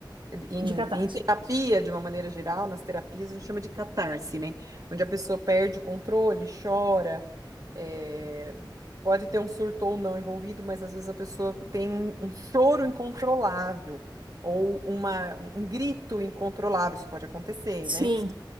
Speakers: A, on the right (about 45°); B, on the right (about 80°).
A: Em,
B: De catarse.
A: em terapia, de uma maneira geral, nas terapias a gente chama de catarse, né? Onde a pessoa perde o controle, chora, é, pode ter um surto ou não envolvido, mas às vezes a pessoa tem um um choro incontrolável ou uma, um grito incontrolável, isso pode acontecer,
B: Sim,
A: né?